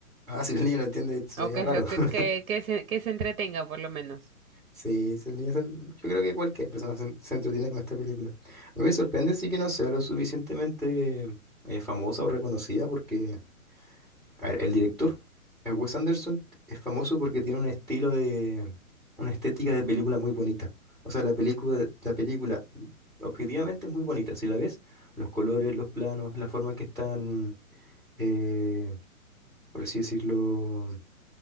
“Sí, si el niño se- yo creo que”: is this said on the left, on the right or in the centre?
Centre